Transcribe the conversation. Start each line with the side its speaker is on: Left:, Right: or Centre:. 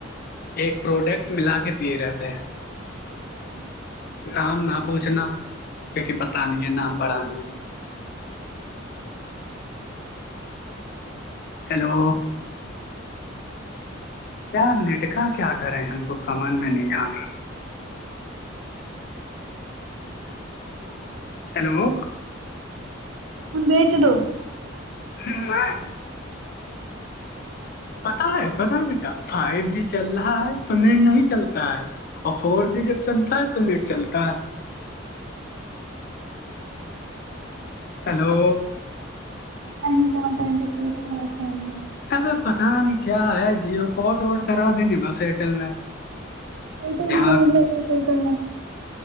Left: ایک پروڈکٹ ملا کے پی رہے تھے
Right: ہوں
Left: نام نہ پوچھنا کیونکہ پتا نہیں ہے نام پڑھا نہیں ہے
Right: اچھا
Left: ہیلو یار نیٹ کا کیا کریں ہم کو سمجھ میں نہیں آ رہا
Right: <unintelligible>
Left: ہیلو
Right: ہاں بیچ دو
Left: ہ میں پتا ہے پتا ہے بیٹا فائیو جی چل رہا ہے تو نیٹ نہیں چلتا ہے اور فور جی جب چلتا ہے تو نیٹ چلتا ہے ہیلو
Right: پتہ نہیں کون سا انینٹپ پیز تمہاراے فون کا
Left: ہمیں پتا نہیں کیا ہے جیو پاٹ واٹ کرا دین بس ایئرٹیل میں
Right: ایئرٹیل
Left: یہاں
Right: میں تو بھی بہت بڑیا چلتا ہے